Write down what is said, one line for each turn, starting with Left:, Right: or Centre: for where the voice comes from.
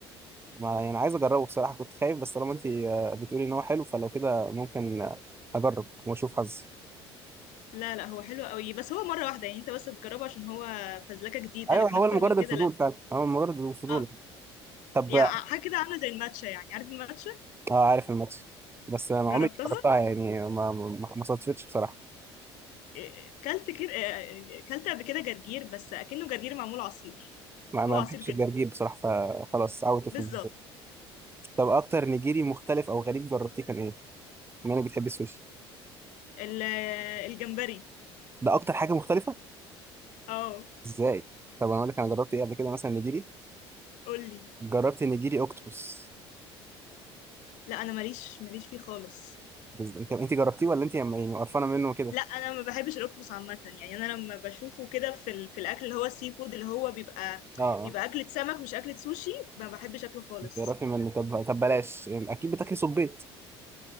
Right: ما يعني عايز اجربه بصراحه كنت خايف بس طالما انت آه، بتقولي ان هو حلو فلو كده ممكن آه، اجرب واشوف حظي
Left: لا لا هو حلو قوي بس هو مره واحده يعني انت بس تجربه عشان هو فزلكه جديده
Right: ايوه
Left: لكن
Right: هو
Left: اكتر
Right: مجرد
Left: من كده
Right: الفضول
Left: لا
Right: فعلا هو مجرد الفضول
Left: اه
Right: طب
Left: يعني حاجه كده عامله زي الماتشا يعني عارف الماتشا
Right: اه عارف الماتش بس ما
Left: جربتها
Right: عمري ما جربتها يعني ما ما ما صادفتش بصراحه
Left: إيه، كلت كده إيه، كلت قبل كده جرجير بس اكنه جرجير معمول عصير
Right: ما ما
Left: هو عصير
Right: بحبش
Left: جرجير
Right: الجرجير بصراحه فخلاص عودت في
Left: بالظبط
Right: الموضوع طب اكتر نيجيري مختلف او غريب جربتيه كان ايه؟ بما انك بتحب السوشي
Left: ال- آه، الجمبري
Right: ده اكتر حاجه مختلفه
Left: اه
Right: ازاي؟ طب انا اقول لك انا جربت ايه قبل كده مثلا نيجيري
Left: قولي
Right: جربت نيجيري اوكتوبس
Left: لا انا ماليش ماليش فيه خالص
Right: بز- انت انت جربتيه ولا انت يعني قرفانه منه كده؟
Left: لا انا ما بحبش الاوكتوبس عامه يعني انا لما بشوفه كده في ال... في الاكل اللي هو السي فود اللي هو بيبقى
Right: اه اه
Left: بيبقى اكله سمك مش اكله سوشي ما بحبش اكله خالص
Right: انت قرفانه منه طب طب بلاش يعني اكيد بتاكلي صبيط